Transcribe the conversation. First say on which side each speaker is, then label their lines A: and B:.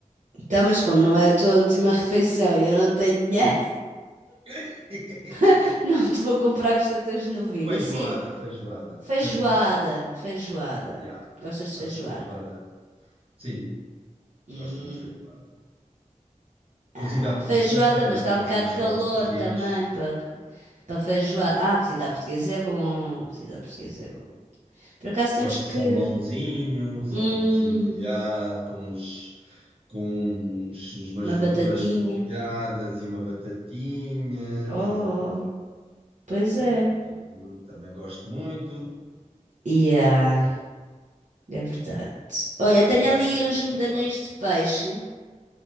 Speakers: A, on the right (about 65°); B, on the right (about 45°).
A: Então, mas como não é a tua última refeição, eu não tenho dinheiro,
B: <laughs>
A: <laughs> não te vou comprar costeletas de novilha.
B: Feijoada,
A: Sim.
B: feijoada,
A: Feijoada,
B: feijoada.
A: feijoada.
B: Já,
A: Gostas de
B: Acho
A: feijoada?
B: que feijoada. Sim,
A: Hum,
B: gosto muito de feijoada.
A: ah,
B: Cozida à portuguesa
A: feijoada,
B: também
A: mas está
B: é um
A: um bocado
B: dos meus
A: de calor
B: pratos favoritos.
A: também para para feijoada. Ah, cozida à portuguesa é bom. Cozida à portuguesa é bom. Por acaso temos
B: Gosto
A: que
B: de salmãozinho, salmãozinho
A: hum,
B: grelhado, com uns, com uns, umas
A: uma
B: verduras
A: batatinha.
B: estopeadas e uma batatinha,
A: Oh,
B: estás a ver?
A: pois é.
B: Também, pego- também gosto muito.
A: E ah, é verdade.
B: Sei
A: Olha,
B: lá,
A: tenho
B: tem
A: ali
B: mais coisas
A: uns medalhões
B: que eu gosto.
A: de peixe.